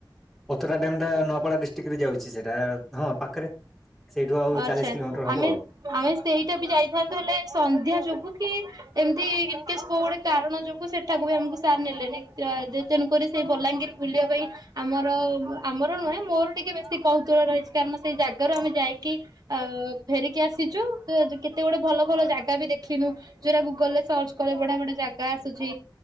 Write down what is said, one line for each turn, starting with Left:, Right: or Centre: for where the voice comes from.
Centre: ପତରା ଡ୍ୟାମ ଟା ନୂଆପଡା ଡିଷ୍ଟ୍ରିକ୍ଟ ରେ ଯାଉଛି ସେଟା ହଁ ପାଖରେ ସେଇଠୁ ଆଉ
Right: ଆଛା
Centre: ଚାଳିଶ କିଲୋମିଟର ହବ
Right: ଆମେ
Centre: ଆଉ
Right: ଆମେ ସେଇଟା ବି ଯାଇଥାନ୍ତୁ ହେଲେ ସନ୍ଧ୍ୟା ଯୋଗୁ କି। <inaudible> ଇନ୍ କେସ୍ କୋଉ ଗୋଟେ କାରଣ ଯୋଗୁ ସେଠ ସେଠାକୁ ବି ଆମକୁ ସାର୍ ନେଲେନି ତେଣୁକରି ସେଇ ବଲାଙ୍ଗୀର ବୁଲିବା ପାଇଁ ଆମର ଆମର ନୁହେଁ ମୋର ଟିକେ ବେଶୀ କୌତୁଳ ରହିଛି କାରଣ ସେଇ ଜାଗାରୁ ଆମେ ଯାଇକି। ଆଉ ଫେରିକି ଆସି <inaudible> କେତେ ଗୁଡ଼େ ଭଲ ଭଲ ଜାଗା ବି ଦେଖିନୁ ଯୋଉ ରା ଗୁଗଲରେ ସର୍ଚ୍ଚ କଲେ ବଢିଆ ବଢିଆ ଜାଗା ଆସୁଛି